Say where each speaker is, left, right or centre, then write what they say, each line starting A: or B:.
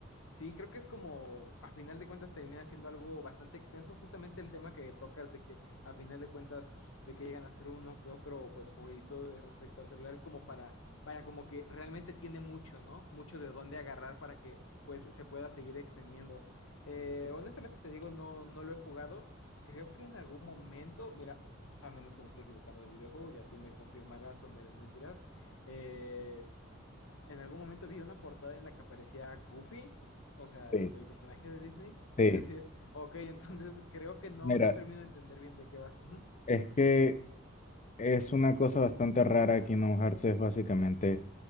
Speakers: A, on the left; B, on the left.
A: sí, creo que es como, a final de cuentas, termina siendo algo bastante extenso, justamente el tema que tocas de que, a final de cuentas, de que llegan a ser uno que otro, pues, jueguito de- respecto al celular, es como para, vaya, como que realmente tiene mucho, ¿no? Mucho de dónde agarrar para que, pues, se pueda seguir extendiendo. Eh, honestamente te digo, no, no lo he jugado. Creo que en algún momento, mira, a menos que me esté equivocando de videojuego, ya tú me confirmarás o me desmentirás. eh, en algún momento vi una portada en la que aparecía Goofy, o sea,
B: Sí,
A: el personaje de Disney.
B: sí.
A: Es decir, ok, <laughs> entonces creo que no,
B: Mira,
A: no termino de entender bien de qué va. Ujú.
B: es que Es una cosa bastante rara Kingdom Hearts, es básicamente,